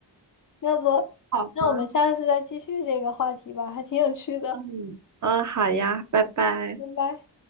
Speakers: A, on the left; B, on the right.
A: 要不那我们下次再继续这个话题吧，
B: 好吧，
A: 还挺有趣的。
B: 嗯，嗯，好呀，拜拜。
A: 拜拜。